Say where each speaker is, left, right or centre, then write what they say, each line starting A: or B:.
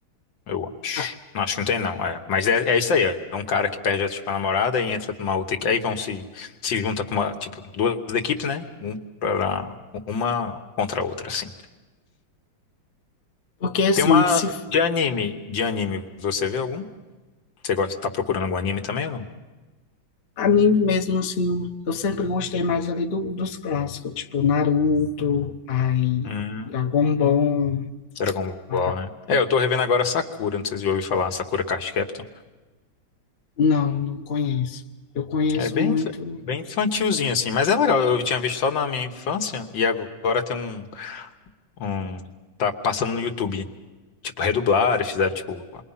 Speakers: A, on the left (about 70°); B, on the left (about 40°).
A: Eu acho.
B: Ah,
A: Não, acho que não tem, não. É. Mas é, é isso aí. É um cara que perde a, tipo, a namorada e entra numa outra. equipe. Aí vão se, se junta com uma, tipo, duas equipes, né? Um pra- uma contra a outra, assim.
B: Porque assim,
A: Tem uma
B: se
A: de anime. De anime, você vê algum? Você gosta, tá procurando algum anime também ou não?
B: Anime mesmo, assim, eu sempre gostei mais ali do, dos clássicos, tipo Naruto, aí
A: Hum,
B: Dragon Ball.
A: Dragon
B: a-
A: Ball, né? É, eu tô revendo agora Sakura. Não sei se você já ouviu falar. Sakura Card Captor.
B: Não, não conheço. Eu conheço
A: É bem,
B: muito,
A: bem infantilzinho, assim, mas é legal. Eu tinha visto só na minha infância e agora tem um, um- Tá passando no YouTube. Tipo, redublaram, fizeram, tipo,